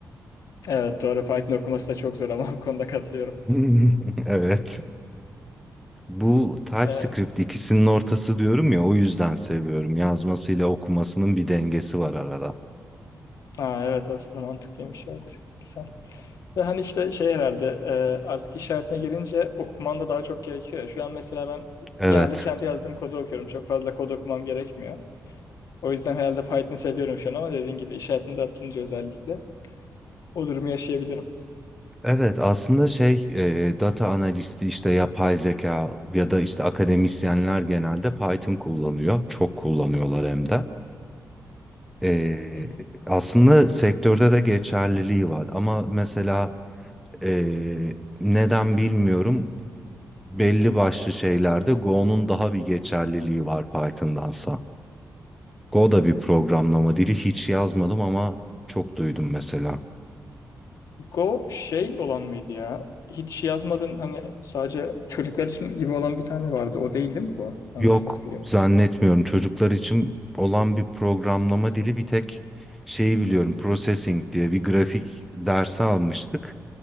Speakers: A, on the left; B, in the centre.
A: Evet doğru Python okuması da çok zor ama <laughs> bu konuda katılıyorum.
B: <laughs> Evet. Bu TypeScript
A: Ee,
B: ikisinin ortası diyorum ya o yüzden seviyorum. Yazmasıyla okumasının bir dengesi var arada.
A: ha, evet aslında mantıklıymış evet. Güzel. Ve hani işte şey herhalde e, artık iş hayatına girince okuman da daha çok gerekiyor ya. Şu an mesela ben
B: Evet.
A: genelde kendi yazdığım kodu okuyorum. Çok fazla kod okumam gerekmiyor. O yüzden herhalde Python'ı seviyorum şu an ama dediğin gibi iş hayatına da atılınca özellikle O durumu yaşayabilirim.
B: Evet aslında şey e, data analisti işte yapay zeka ya da işte akademisyenler genelde Python kullanıyor. Çok kullanıyorlar hem de. E,
A: Hı hı.
B: aslında sektörde de geçerliliği var ama mesela e, neden bilmiyorum belli başlı şeylerde Go'nun daha bir geçerliliği var Python'dansa. Go da bir programlama dili hiç yazmadım ama çok duydum mesela.
A: Go şey olan mıydı ya? Hiç şey yazmadın hani sadece çocuklar için gibi olan bir tane vardı. O değil değil mi Go? Yanlış
B: Yok
A: hatırlıyorum.
B: zannetmiyorum çocuklar için olan bir programlama dili bir tek şeyi biliyorum processing diye bir grafik dersi almıştık.